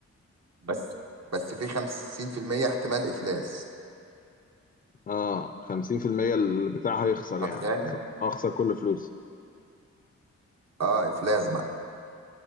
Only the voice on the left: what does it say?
اه 50% البتاع هيخسر
يعني هخسر هخسر كل فلوسي